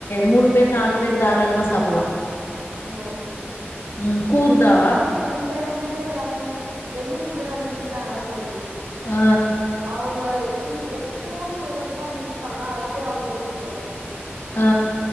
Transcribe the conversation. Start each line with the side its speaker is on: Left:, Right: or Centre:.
Left: மூணு பேர் நாலு பேர் தாராளமா சாப்புல்லா
Right: ஓ
Left: ம் கூர்தா
Right: இல்ல இப்ப இங்க இருந்து வந் வெளிய இருந்து வந்து விக்கிறாங்கள தோழி
Left: ஆ
Right: அவுங்க எப்பயு எப்பயாச்சு ஒரு வாட்டி தா வந்து விப்பாங்க அதுவே அவ்ளோ ரேட்டு போகு
Left: ஆ